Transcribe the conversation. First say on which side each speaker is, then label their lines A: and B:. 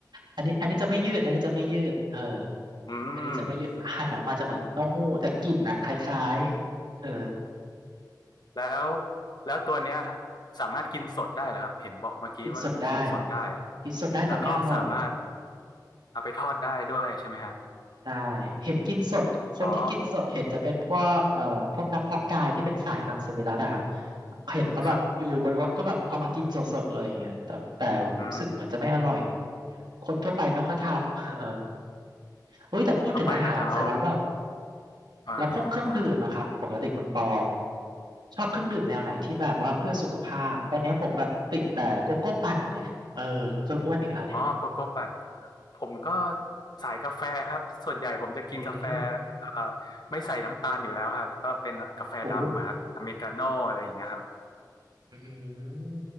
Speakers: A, on the right; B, on the left.
A: อันนี้อันนี้จะไม่ยืดอันนี้จะไม่ยืดเออ
B: อืม
A: อันนี้จะไม่เยอะหั่นออกมาจะเหมือนเต้าหู้แต่กลิ่นน่ะคล้ายๆเออ
B: แล้วแล้วตัวเนี้ยสามารถกินสดได้เหรอครับเห็นบอกเมื่อกี้ว่ากินสดได้
A: กินสดได้กินสดได้แต่ไม่อร่อย
B: แล้วก็สามารถเอาไปทอดได้ด้วยใช่ไหมฮะ
A: ใช่เห็นกินสดคนที่กินสดเห็นจะเป็นพวกเอ่อพวกนักเพาะกายที่เป็นสายมังสวิรัติอะครับ
B: อ๋อ
A: เห็นเขาแบบอยู่บนรถก็แบบเอามากินสดๆเลยอย่างเงี้ยแต่แต่รู้สึกเหมือนจะไม่อร่อย
B: ครับอืม
A: คนทั่วไปไม่ค่อยทำ <laughs> เออเฮ้ยแต่พูดถึงอาหารเสร็จแล้วแบบ
B: คนทั่วไปก็จะเอาอ่
A: แล้วพวกเครื่องดื่มอะครับปกติคุณปอ
B: า
A: ชอบเครื่องดื่มแนวไหนที่แบบว่าเพื่อสุขภาพตอนเนี้ยผมแบบติดแต่โกโก้ปั่นไงเออก็อ้วนอีกแล้วเนี่ย
B: อ๋อโกโก้ปั่นผมก็สายกาแฟครับ ส่วนใหญ่ผมจะกินกาแฟ
A: เอ๊ะ
B: เอ่อไม่ใส่น้ำตาลอยู่แล้วครับ ก็เป็นกาแฟดำอะครับอเมริกาโน่อะไรอย่างเงี้ยครับ
A: โอ้อืม